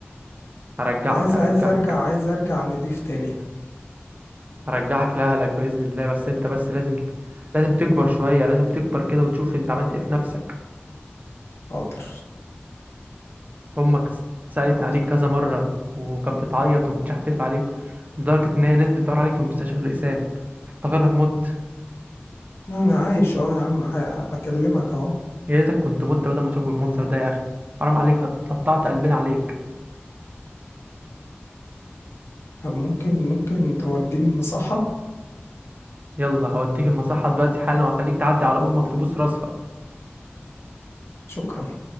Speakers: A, on the right (about 40°); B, on the left (about 80°).
A: هرجعك
B: عايز
A: هرجعك
B: عايز ارجع عايز ارجع نضيف تاني
A: هرجعك لأهلك بإذن الله بس أنت بس لازم لازم تكبر شوية لازم تكبر كده وتشوف أنت عملت إيه في نفسك
B: حاضر
A: أمك س- سألتني
B: حاضر
A: عليك كذا مرة وكانت بتعيط ومتشحتف عليك لدرجة إن هي نزلت تدور عليك في المستشفى في الإقسام افتكرتك مت
B: لا انا عايش اهو يا عم ح... بكلمك اهو
A: يا ريتك كنت مت بدل ما تشوف المنظر ده يا أخي حرام عليك هت- قطعت قلبنا عليك
B: طب ممكن ممكن توديني المصحه
A: يلا هوديك المصحة دلوقتي حالا وهخليك تعدي على أمك تبوس راسها
B: شكرا